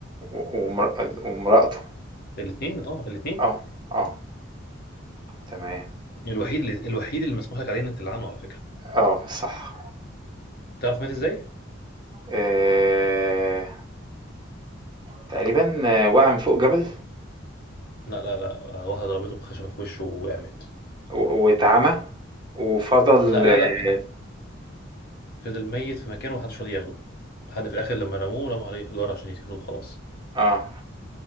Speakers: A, on the right; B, on the left.
A: و- ومر- ومرأته
B: الاثنين اه الاثنين
A: اه اه تمام
B: الوحيد اللي الوحيد اللي مسموح لك عليه انك تلعنه على فكرة
A: آه صح.
B: تعرف مات ازاي؟
A: آآ تقريبًا آه، وقع من فوق جبل
B: لا لا لا آه، واحدة ضربته بخشبة في وشه وقامت
A: و واتعمى وفضل
B: لا لا
A: آه.
B: لا فضل ميت في مكانه ومحدش راضي ياخده لحد في الآخر لما رموه رموا عليه حجارة عشان يدفنوه وخلاص
A: آه،